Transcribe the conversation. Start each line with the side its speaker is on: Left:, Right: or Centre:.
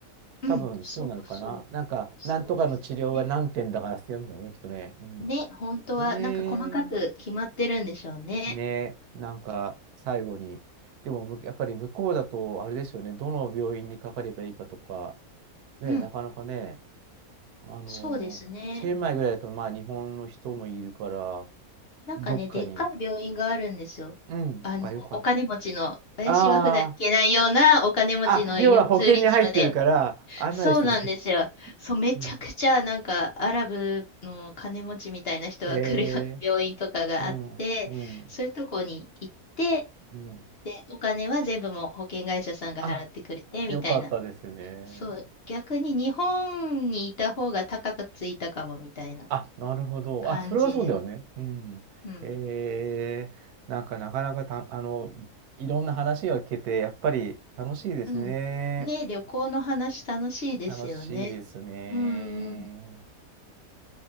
Left: うん、
Right: 多分そうなのかな。
Left: そうそう、
Right: なんか、
Left: そうですね。
Right: なんとかの治療は何点だからってやるんだろうね、きっとね。うん。
Left: ね、本当はなんか細かく決まってるんでしょうね。
Right: へえ。ねえ。なんか、最後に。でも、むやっぱり向こうだと、あれですよね。どの病院にかかればいいかとか、ねえ、
Left: うん、
Right: なかなかね、あのチェンマイぐらいだと、
Left: そうですね。
Right: まあ、日本の人もいるから、
Left: なんかね、
Right: どっかに、
Left: でっかい病院があるんですよ。
Right: うん。
Left: あの、
Right: あ、よかった。
Left: お金持ちの、私は普段行けないようなお金持ちの医療ツーリズムで
Right: ああ、あ、要は保険に入ってるから案内してくれる。
Left: そうなんですよ。そう、めちゃくちゃなんかアラブの金持ちみたいな人が来るような病院とかがあって、
Right: うんへえ、うん、うん、
Left: そういうとこに行って、
Right: うん。
Left: で、お金は全部もう保険会社さんが払ってくれてみたいな。
Right: あ、よかったですね。
Left: そう、逆に日本にいた方が高くついたかもみたいな
Right: あ、なるほど。
Left: 感じです。
Right: あ、それはそうだよね。うん。
Left: うん。
Right: ええ、なんかなかなかた、あの、いろんな話が聞けて、やっぱり楽しいですね。
Left: うん。ねえ、旅行の話楽しいですよね。
Right: 楽しいですね。
Left: うんうん。